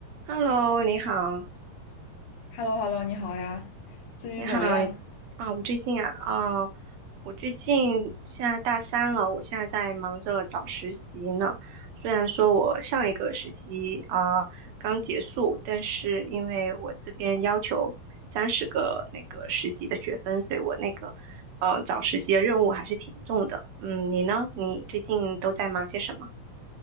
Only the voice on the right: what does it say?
Hello，你好，
你好，你啊，我最近啊，哦，我最近现在大三了，我现在在忙着找实习呢。虽然说我上一个实习啊，刚结束，但是因为我这边要求三十个那个实习的学分，所以我那个呃找实习的任务还是挺重的。嗯，你呢？你最近都在忙些什么？